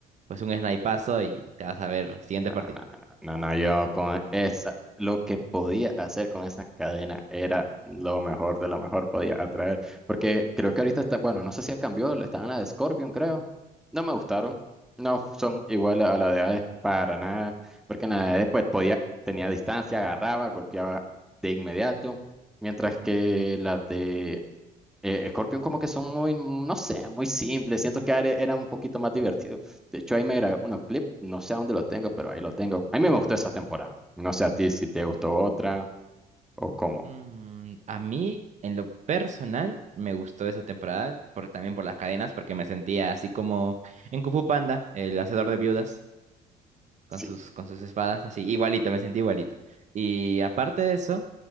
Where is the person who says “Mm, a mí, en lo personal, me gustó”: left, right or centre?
Right